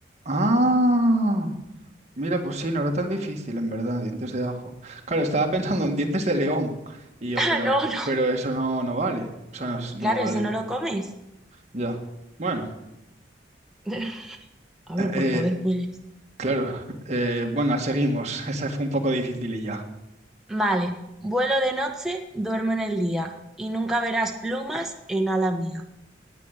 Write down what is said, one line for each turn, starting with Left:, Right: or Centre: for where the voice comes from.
Right: Ah, mira, pues sí, no era tan difícil, en verdad, dientes de ajo. Claro, estaba pensando en dientes de león. Y yo,
Centre: Ah,
Right: pero,
Centre: no, no.
Right: pero eso no, no vale. O sea, no, es- no
Centre: Claro,
Right: vale.
Centre: eso no lo comes.
Right: Ya. Bueno.
Centre: <laughs> A ver, por
Right: eh,
Centre: poder puedes.
Right: Claro, eh, bueno, seguimos. <laughs> Esa fue un poco difícil y ya.
Centre: Vale. Vuelo de noche, duermo en el día y nunca verás plumas en ala mía.